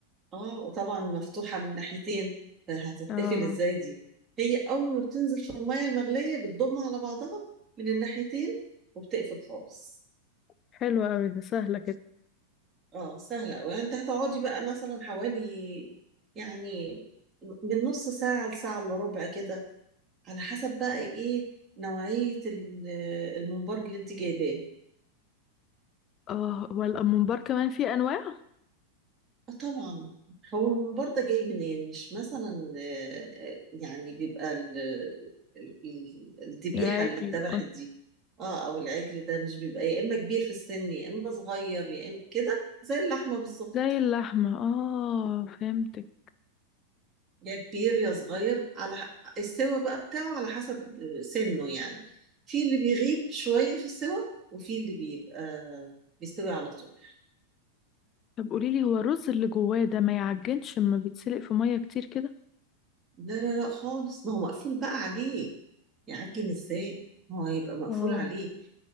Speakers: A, on the right; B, on the left.
A: اه وطبعا مفتوحه من ناحيتين فهتتقفل
B: اه
A: ازاي دي هي اول ما بتنزل في الميه المغليه بتضم على بعضها من الناحيتين وبتقفل خالص
B: حلوة أوي ده سهلة كده
A: اه سهلة وانت هتقعدي بقى مثلا حوالي يعني من نص ساعة لساعة الا ربع كده على حسب بقى ايه نوعية ال- الممبار اللي انت جايباه
B: اه والممبار كمان فيه انواع
A: آه طبعا هو الممبار ده جاي منين مش مثلا آه، آه، يعني بيبقى ال- ال- ال- الذبيحة
B: العادي
A: اللي اتذبحت دي اه او العجل ده مش بيبقى يا اما كبير في السن يا اما صغير يا اما كده زي اللحمة بالظبط
B: زي اللحمة اه فهمتك
A: يا كبير يا صغير على ح- السوا بقى بتاعه على حسب سنه يعني في اللي بيغيب شوية في السوا وفي اللي بيبقى بيستوي على طول
B: طب قوليلي هو الرز اللي جواه ده ما يعجنش اما بيتسلق في مية كتير كده
A: لا لا لا خالص ما هو مقفول بقى عليه يعجن ازاي ما هو هيبقى مقفول
B: اه
A: عليه